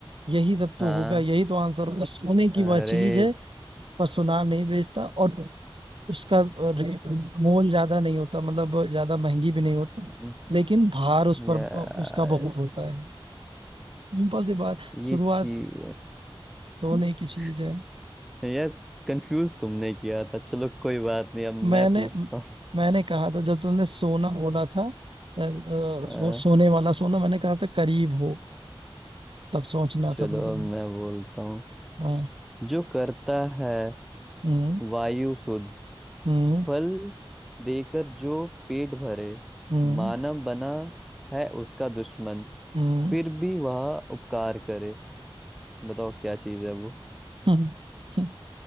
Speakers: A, on the right; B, in the centre.
A: यही सब
B: हाँ
A: तो होगा यही तो आंसर होगा सोने की
B: अरे
A: वह चीज है जिस पर सुनार नहीं बेचता और उसका रेट मोल ज्यादा नहीं होता मतलब ज्यादा महंगी भी नहीं होती
B: हम्म,
A: लेकिन भार उस पर
B: यार
A: उसका बहुत होता है सिंपल सी बात
B: ये
A: शुरुआत
B: चीज
A: सोने
B: <laughs>
A: की चीज है
B: यार कंफ्यूज तुमने किया था चलो कोई बात नहीं अब
A: मैंने
B: मैं पूछता
A: म- मैंने कहा था जब तुमने सोना बोला था अ, अ,
B: हाँ
A: सो, सोने वाला सोना मैंने कहा था करीब हो तब सोचना
B: चलो
A: था तुमको
B: अब मैं बोलता हूँ
A: हाँ
B: जो करता है
A: हम्म
B: वायु शुद्ध
A: हम्म
B: फल देकर जो पेट भरे
A: हम्म
B: मानव बना है उसका दुश्मन
A: हम्म
B: फिर भी वह उपकार करे बताओ क्या चीज है वो
A: हम्म, हम्म।